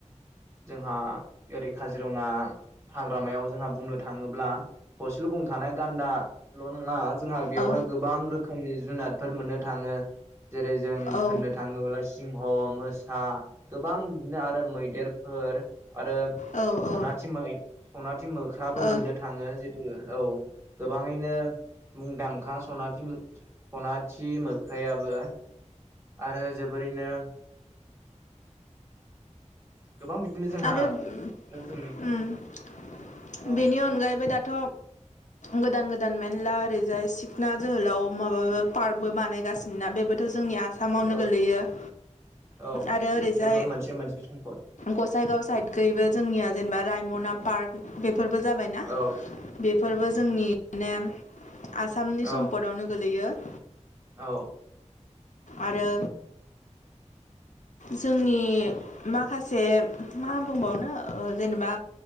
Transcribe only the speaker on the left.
औ
औ
औ
औ
ओ
आरो उम-उम
बेनि अनगायैबो दाथ' गोदान गोदान मेरला ओरैजाय सिखना जोहोलाव माबाबा पार्कबो बानायगासिनोना बेबोथ' जोंनि <unintelligible> आसामावनो
गोलैयो ।
आरो
ओरैजाय
गसाय गैयिबो जोगनिया जेन'बा रायम'ना पार्क <unintelligible> फोरबो जाबायना ।
बेफोरबो जोंनि माने <unintelligible> आसामनि
सम्पदावनो गोलैयो ।
आरो जोंनि माखासे मा बुंबावनो ओ जेनेबा